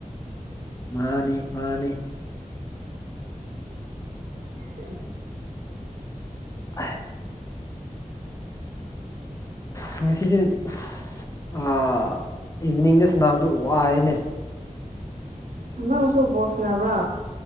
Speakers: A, on the left (about 25°); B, on the right (about 75°).
A: ꯃꯥꯅꯤ ꯃꯥꯅꯤ
B: ꯎ
A: ꯍꯥꯏ ꯑꯁ ꯉꯁꯤꯁꯦ ꯑꯁ ꯏꯚꯅꯤꯡꯗ ꯁꯥꯟꯅꯕꯗꯨꯣ ꯋꯥꯏꯅꯦ
B: ꯅꯪꯁꯨꯕꯣꯁ ꯅꯕ꯭ꯔꯥ